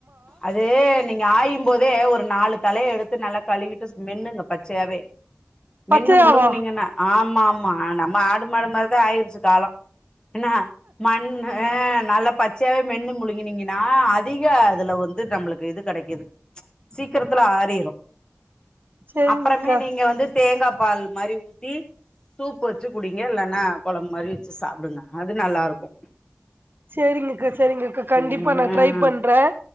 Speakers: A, on the left; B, on the right.
A: அது நீங்க ஆயும்போது அதே ஒரு நாலு தலையை எடுத்து நல்லா கழுவிட்டு மென்னுங்க பச்சையாவே மென்னு
B: பச்சையாவா
A: முழுங்கனீங்கன்ன ஆ ஆமா ஆமா நம்ம ஆடு மாடு மாரிதா ஆயிடுச்சி காலம் என்னா மன்னு ஆ நல்ல பச்சையாவே மென்னு முழுங்கினீங்கன்னா அதிக இதுல வந்து நம்மளுக்கு இது கெடைக்குது சீக் கிரத்துல ஆறிரும்
B: செரிங்கக்கா
A: அப்பறமே நீங்க வந்து தேங்கா பால் மாரி ஊத்தி சூப்பு வச்சி குடிங்க இல்லைன்னா கொழம்பு மாரி வச்சி சாப்டுங்க அது நல்லா இருக்கும்
B: சரிங்கக்கா சரிங்கக்கா கண்டிப்பா
A: ம்
B: நான் ட்ரை பண்றேன்